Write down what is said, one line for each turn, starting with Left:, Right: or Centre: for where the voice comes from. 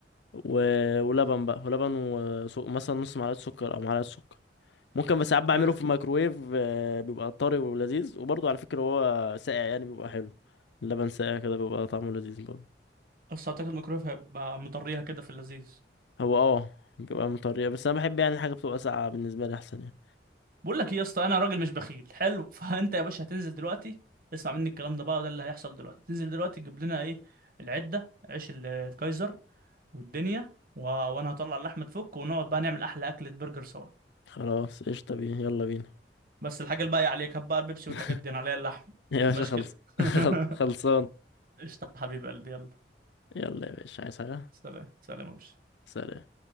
Left: و... ولبن بقى ولبن وسو... مثلا نص معلقه سكر او معلقه سكر ممكن بس ساعات بعمله
Right: حلو
Left: في الميكروويف آه، بيبقى طري ولذيذ وبرضه على فكره هو ساقع يعني بيبقى حلو اللبن ساقع كده بيبقى طعمه لذيذ برضه
Right: بس اعتقد الميكرويف هيبقى مطريها كده في اللذيذ
Left: هو اه بيبقى مطريه بس انا بحب يعني حاجه بتبقى ساقعه بالنسبه لي احسن يعني
Right: بقول لك ايه يا اسطى انا راجل مش بخيل حلو <laughs> فانت يا باشا هتنزل دلوقتي اسمع مني الكلام ده بقى وده اللي هيحصل دلوقتي تنزل دلوقتي تجيب لنا ايه العدة عيش ال- الكايزر والدنيا و... وانا هطلع اللحمة تفك ونقعد بقى نعمل احلى اكلة برجر سوا
Left: خلاص قشطه بينا يلا بينا
Right: بس الحاجة الباقية عليك هات بقى البيبسي
Left: <laughs>
Right: والحاجات دي انا عليا اللحم
Left: يا
Right: متبقاش
Left: باشا خلص
Right: كده
Left: <laughs>
Right: <laughs>
Left: خلصان
Right: قشطة حبيب قلبي يلا
Left: يلا يا باشا عايز حاجة
Right: سلام سلام يا باشا
Left: سلام